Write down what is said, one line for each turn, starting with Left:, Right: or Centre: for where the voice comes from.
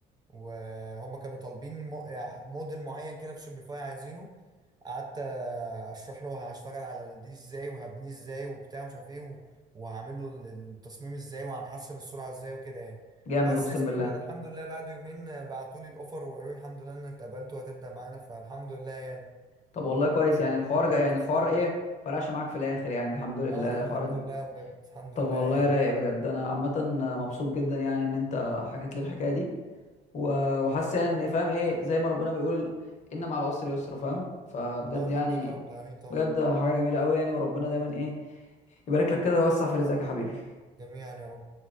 Right: وهما كانوا طالبين م... موديل معين كده في شوبيفاي عايزينه قعدت آه، اشرح له هشتغل على دي ازاي وهبنيه ازاي وبتاع مش عارف ايه و- وهعمل له ال- التصميم ازاي وهنحسن السرعه ازاي وكده يعني
Left: جامد
Right: بس
Left: اقسم
Right: يا سيدي
Left: بالله
Right: وبعد الحمد لله بعد يومين بعتوا لي الاوفر وقالوا لي الحمد لله انك اتقبلت وهتبدا معانا فالحمد لله يعني
Left: طب والله كويس
Right: كان
Left: يعني الحوار
Right: موقف
Left: جا يعني الحوار
Right: صعب
Left: ايه فرقش معاك في الاخر يعني الحمد لله
Right: اه لا
Left: الحوار
Right: الحمد
Left: ال...
Right: لله بجد الحمد
Left: طب
Right: لله
Left: والله
Right: يعني
Left: رايق بجد انا عامه مبسوط جدا يعني ان انت حكيت لي الحكايه دي و- وحاسس يعني ان فاهم ايه زي ما ربنا بيقول ان مع العسر يسرا فاهم فبجد
Right: اه الحمد
Left: يعني
Right: لله رب العالمين طبعا
Left: بجد حاجه جميله قوي يعني وربنا دايما ايه يبارك لك كده ويوسع في رزقك يا حبيبي
Right: جميعا يا رب